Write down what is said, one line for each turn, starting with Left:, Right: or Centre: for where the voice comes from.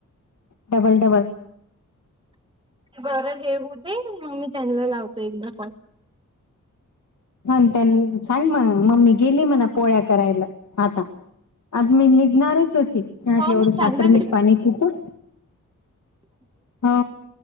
Left: डबल डबल!
Right: बरं हे होऊदे म मी त्यांना लावतो एकदा कॉल.
Left: ह त्यां सांग म्हण ममी गेली म्हणा पोळ्या करायला. आता आता मी निघणारच होती एवढं
Right: हो मी
Left: साखर
Right: सांगेन
Left: मीठ पाणी पितो
Right: <inaudible>
Left: हो